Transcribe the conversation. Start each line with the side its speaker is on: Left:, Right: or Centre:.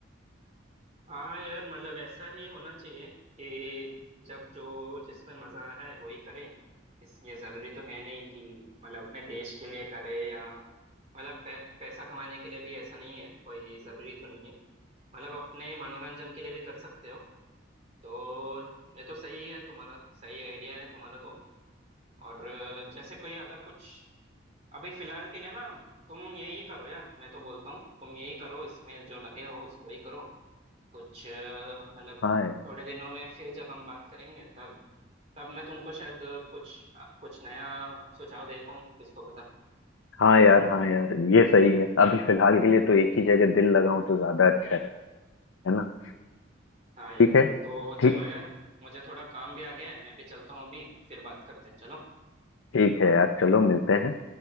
Right: हाँ यार मतलब ऐसा ही होना चाहिए कि जब जो जिसमें मजा आ रहा है वही करे इस ये जरूरी तो है नहीं कि मतलब अपने देश के लिए करे या मतलब पै, पैसा कमाने के लिए भी ऐसा नहीं है कोई जरूरी तो नहीं है मतलब अपने मनोरंजन के लिए भी कर सकते हो तो ये तो सही है तुम्हारा सही आइडिया है तुम्हारा तो और अ, जैसे कोई अगर कुछ अभी फिलहाल के लिए ना तुम यही करो यार मैं तो बोलता हूँ तुम यही करो इसमें जो लगे हो उस वही करो कुछ अ, मतलब
Left: हाँ यार
Right: थोड़े दिनों में फिर जब हम बात करेंगे तब तब मैं तुमको शायद अ, कुछ कुछ नया सुझाव दे पाऊँ किसको पता
Left: हाँ यार हाँ यार ये सही है अभी फिलहाल के लिए तो एक ही जगह दिल लगाऊं तो ज्यादा अच्छा है है ना
Right: हाँ यार
Left: ठीक है
Right: तो
Left: ठीक
Right: चलो यार मुझे थोड़ा काम भी आ गया है मैं भी चलता हूँ अभी फिर बात करते हैं चलो
Left: ठीक है यार चलो मिलते हैं